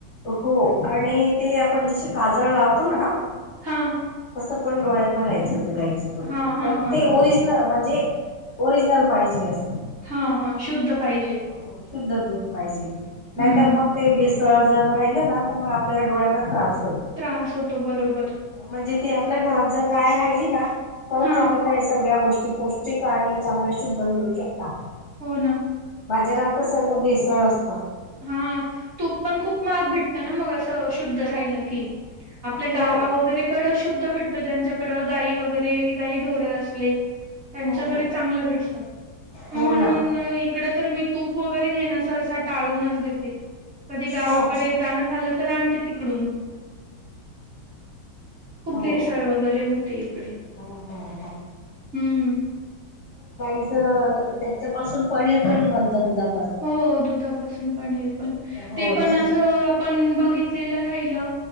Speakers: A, on the left; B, on the right.
A: हो. आणि ते आपण जसे काजळ लावतो न
B: हां.
A: तसं पण डोळ्यात भरायचं ते गायीचं तुप.
B: हां, हां,
A: पण
B: हां.
A: ते ओरिजन म्हणजे ओरिजनल पाहिजे असं.
B: हा हा, शुद्ध पाहिजे.
A: हो शुद्ध तूप पाहिजे. नाहीर
B: हं.
A: मग ते भिसळ जर राहिलं ना, त म आपल्याला डोळ्यांना त्रास होईल.
B: त्रास होतो बरोबर.
A: म्हणजे ती आपल्या घरात जर गाय राहिली ना, तरच
B: हां,
A: आपल्याला या सगळ्या गोष्टी पौष स्टिक आणि चांगल्या शुद्ध मिळू शकता.
B: हो न.
A: बाजारात तर सगळं भेसळ असतं.
B: हा तूप पण खूप महाग भेटतं न मग असं शुद्ध राहिलं की. आपल्या गावा
A: हो
B: वगैरे कडं शुद्ध भेटतं ज्यांच्याकडं गाई वगैरे गाई ढोर असले त्यांच्याकडे
A: हो हो
B: चांगलं भेटत.
A: हो
B: म्हणून
A: ना
B: अ इकडं तर मी तूप वगैरे घेण्याच असा टाळूनच देते. कधी गावाकडे
A: हो
B: जाणं झालं तर आणते तिकडून. खूप
A: हो
B: भेसळ वगैरे होते इकडे.
A: हम्म हम्म
B: हम्म्.
A: पाईच, त्यांच्या पाासून पनीर पण बनतं दुधा
B: हो दुधापासून पनीर पण,
A: हो
B: ते
A: त्याच्यात
B: पण असं आपण बघितलेलं राहिलं